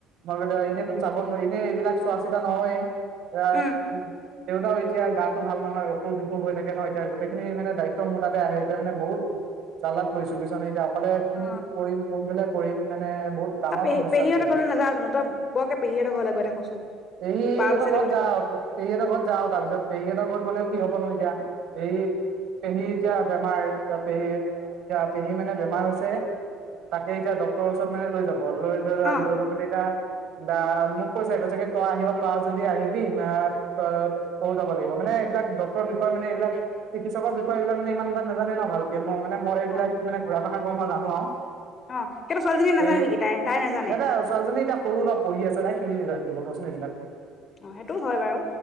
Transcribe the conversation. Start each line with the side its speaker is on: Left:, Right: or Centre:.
Right: মন এনেটো চাব নোৱাৰি। এনেই বিলাক চোৱা চিতা নহয়ে। এতিয়া,
Left: উম
Right: দেউতাও এতিয়া গাটো ভাল নহয় অসুখ বিসোষ অসুখ হৈ থাকে ন এতিয়া গোটেইখিনি মানে দায়িত্ব মোৰ তাতে আহে, এতিয়া মানে বহুত জালাত পৰিছোঁ বুজিছনে এতিয়া। ফালে কি
Left: অ
Right: কৰিম, কোনফালে কৰিম মানে বহুত ডাঙৰ
Left: তই পেহী
Right: সমস্যাত
Left: পেহীহঁতৰ
Right: পৰি
Left: ঘৰলৈ
Right: গৈছোঁ।
Left: নাযাৱ জানো তই বৰকে পেহীহঁতৰ ঘৰলৈ গৈ থাকচোন
Right: পেহীহঁতৰ
Left: বা বুজিয়ালে
Right: ঘৰত
Left: গৈ থাক
Right: যাওঁ, পেহীহঁতৰ ঘৰত যাওঁ, তাৰ পিছত পেহীহঁতৰ ঘৰত গ'লেও কি হবনো এতিয়া পেহী পেহী এতিয়া বেমাৰ পেহী এতিয়া পেহী মানে বেমাৰ হৈছে, তাকে এতিয়া ডক্টৰৰ ওচৰত মানে লৈ যাম। বৰ লয়
Left: অ
Right: লয় গৈ পিনে এতিয়া। দামি কৈছ কৈছে কি তই আহিব পাৰ যদি আহিবি, ত, তই যাব লাগিব মানে এইবিলাক ডক্টৰৰ বিষয় মানে এইবিলাক চিকিৎসকৰ বিষয় এইবিলাক মানে ইমানটা নাজানে ন ভালকে। মই মানে মই এইবিলাক
Left: অ
Right: মানে মই জানো আৰু।
Left: অ' সেইটো ছোৱালীজনীয়ে নাজানে
Right: এ
Left: নেকি তাই-তাই নাজানে?
Right: সিহঁতে ছোৱালীজনী এতিয়া সৰু ন পঢ়ি আছে নে? কি <unintelligible> কচোন এইবিলাক।
Left: অ সেইটোও হয় বাৰু